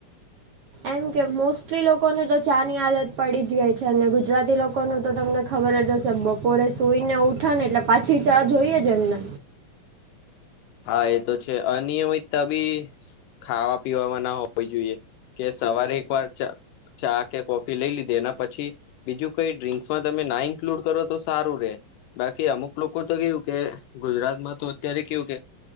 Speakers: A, on the right; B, on the left.
A: એમ કે મોસ્ટલી લોકોને તો ચા ની આદત પડી જ ગઈ છે, અને ગુજરાતી લોકોનું તો તમને ખબર જ હશે, બપોરે સુઈ ને ઉઠા ને એટલે પાછી ચા જોઈએ જ એમને.
B: હા એ તો છે. અનિયમિતા બી ખાવા પીવાવામાં ના હોવી જોઈએ, કે સવારે એક વાર ચા ચા કે કોફી લઈ લીધી એના પછી બીજું કઈ ડ્રિંક્સમાં તમે ના ઇન્ક્લુડ કરો તો સારું રહે. બાકી અમુક લોકો તો કેવું કે, ગુજરાતમાં તો અત્યારે કેવું કે